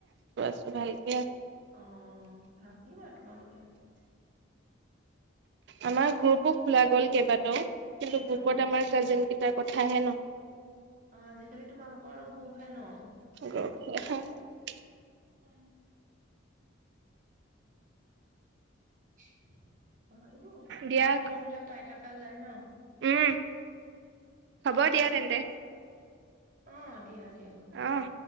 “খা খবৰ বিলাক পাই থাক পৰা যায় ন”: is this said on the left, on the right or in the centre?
Right